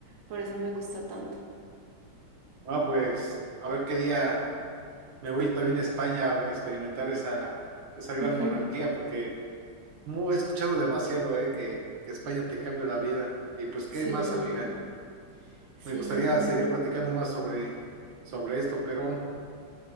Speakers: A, on the right; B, on the right.
A: por eso me gusta tanto.
B: Ah, pues, a ver qué día. me voy también a España a experimentar esa, esa gran
A: <laughs>
B: monarquía, porque mu- he escuchado demasiado, eh, que, que España te cambia la vida. Y pues, ¿qué
A: Sí,
B: más, amiga?
A: sí,
B: Me gustaría
A: ya.
B: seguir platicando más sobre, sobre esto, pero